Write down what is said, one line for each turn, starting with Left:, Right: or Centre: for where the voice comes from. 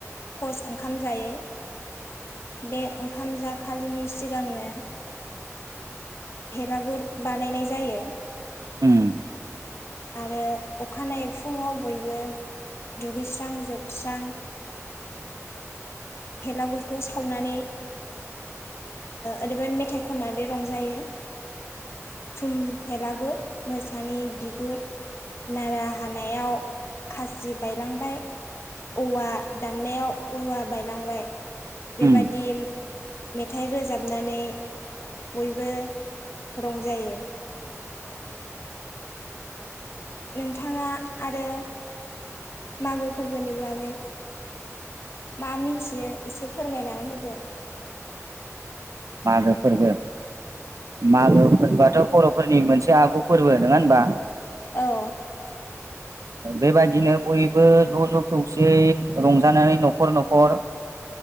Left: कस ओंखाम जायो बे ओंखाम जाखालिनि सिगांनो भेलागुर बानायनाय जायो
Right: उम
Left: आरो अखानायै फुङाव बयबो दुगैस्रां जोबस्रां
Right: <unintelligible>
Left: भेलागुरखौ सावनानै ओरैबादि मेथाइ खननानै रंजायो थुम भेलागुर मोसानि बिगुर नारा हानायाव खासि बायलांबाय औवा दाननायाव रुवा बायलांबाय बेबादि
Right: उम
Left: मेथाइ रोजाबनानै बयबो रंजायो नोंथाङा आरो मागो फोरबोनि बागै मा मिथियो एसे फोरमायनानै होदो
Right: मागो फोरबो मालो फोरबोआथ' बर'फोरनि मोनसे आगु फोरबो नङा होनबा
Left: औ
Right: बेबायदिनो बयबो ज' ज' खौसेयै रंजानाय न'खर न'खर